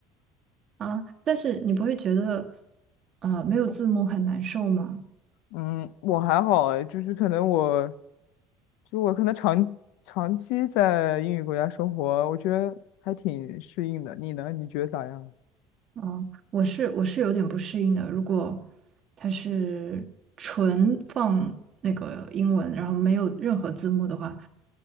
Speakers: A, on the right (about 35°); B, on the left (about 80°).
A: 啊？但是你不会觉得，呃，没有字幕很难受吗？
B: 嗯，我还好诶就是可能我，就我可能长长期在英语国家生活，我觉得还挺适应的。你呢？你觉得咋样？
A: 嗯，我是我是有点不适应的。如果它是纯放那个英文，然后没有任何字幕的话，